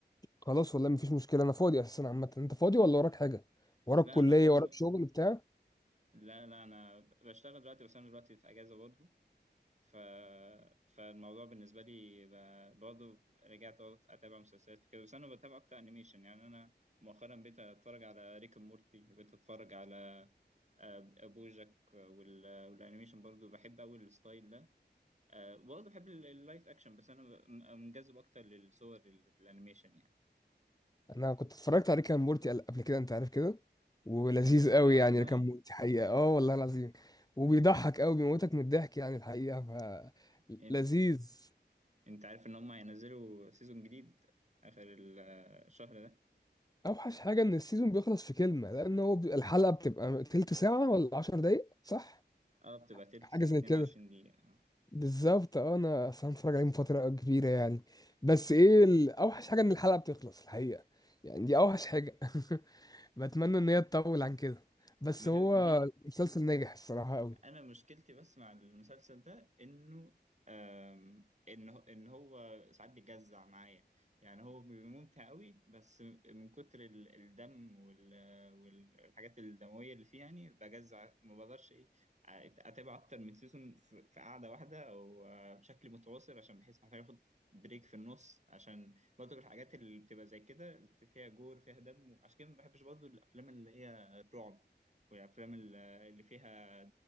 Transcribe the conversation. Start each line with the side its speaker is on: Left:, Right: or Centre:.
Left: خلاص والله مفيش مشكله انا فاضي اساسا عامه انت فاضي ولا وراك حاجه وراك
Right: لا
Left: كليه
Right: انا فاضي
Left: وراك
Right: م...
Left: شغل بتاع
Right: لا لا انا بشتغل دلوقتي بس انا دلوقتي في اجازة برضه ف... فالموضوع بالنسبة لي ب- برضه رجعت برضه أتابع مسلسلات كده بس أنا بتابع أكتر أنيميشن يعني أنا مؤخرا بقيت أتفرج على ريك أند مورتي بقيت أتفرج على آه، بوجاك وال... والأنيميشن برضه بحب أوي الستايل ده آه، برضه بحب ال- اللايف أكشن بس أنا ب- م- منجذب أكتر للصور اللي في الأنيميشن يعني
Left: انا كنت اتفرجت عليه كان مورتي قبل كده انت عارف كده ولذيذ قوي
Right: آه
Left: يعني
Right: والله
Left: كان مورتي حقيقه
Right: أيوة
Left: اه والله العظيم وبيضحك
Right: مم.
Left: قوي بيموتك من الضحك يعني الحقيقه ف
Right: أنت
Left: لذيذ
Right: أنت عارف إن هم هينزلوا سيزون جديد آخر الشهر ده
Left: اوحش حاجه ان السيزون بيخلص في كلمه لان هو بي- الحلقه بتبقى تلت ساعه ولا 10 دقايق صح
Right: آه بتبقى تلت
Left: حاجه
Right: ساعة
Left: زي
Right: 22
Left: كده
Right: دقيقة آه.
Left: بالظبط اه انا اصلا اتفرج عليه من فتره كبيره يعني بس ايه ال- اوحش حاجه ان الحلقه بتخلص الحقيقه يعني دي اوحش حاجه <laughs> بتمنى ان هي تطول عن كده بس
Right: ما
Left: هو
Right: هي ما هي
Left: المسلسل ناجح الصراحه قوي
Right: انا مشكلتي بس مع المسلسل ده انه آم، ان هو- ان هو ساعات بيجزع معايا يعني هو بيبقى ممتع قوي بس من كتر ال- الدم وال- والحاجات الدمويه اللي فيه يعني بجزع ما بقدرش ايه اتابع اكتر من سيزون في في قعده واحده او آه، بشكل متواصل عشان بحس محتاج اخد بريك في النص عشان برضه الحاجات اللي بتبقى زي كده فيها جور فيها دم عشان كده ما بحبش برضه الافلام اللي هي الرعب والافلام اللي اللي فيها